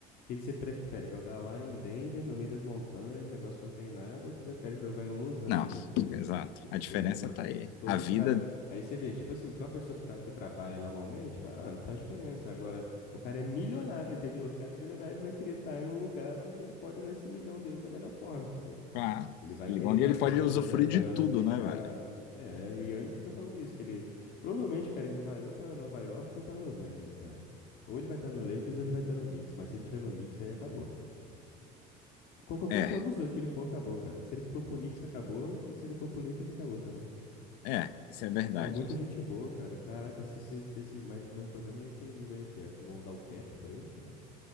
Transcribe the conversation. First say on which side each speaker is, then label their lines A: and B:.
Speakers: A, on the left; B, on the left.
A: que que você prefere? Jogar lá em Denver, no meio das montanhas, negócio que não tem nada, ou você prefere jogar em Los Angeles,
B: Não,
A: entendeu?
B: exato.
A: Tipo,
B: A diferença
A: pô, entendeu?
B: tá aí.
A: Todos
B: A vida,
A: os caras. Aí você vê, tipo assim, pra uma pessoa que, tá, que trabalha normalmente, fala, ah, não faz diferença. Agora, o cara é milionário, <laughs> entendeu? O cara é milionário, ele vai querer estar em um lugar onde ele pode usar esse milhão dele da melhor forma, entendeu?
B: pá,
A: Ele vai
B: ele-
A: querer
B: onde
A: estar
B: ele
A: perto
B: pode usufruir
A: do- das
B: de
A: maiores
B: tudo,
A: mercados.
B: né, velho?
A: É, e o Yannis fica falando isso, que ele provavelmente, cara, ele vai ou pra Nova York ou pra Los Angeles, cara. Ou ele vai estar no Lakers ou ele vai estar no Knicks, mas se ele tiver no Knicks aí acabou. Qual- qual- Qualquer
B: É,
A: um dos dois que ele for acabou, cara. Se ele for pro Knicks acabou e se ele for pro Lakers acabou também.
B: é, isso é verdade.
A: É muita gente boa, cara. Caraca, se, se, se, se- mas, mas o problema é que ele vai o quê? Acho que vão dar o cat por ele, será?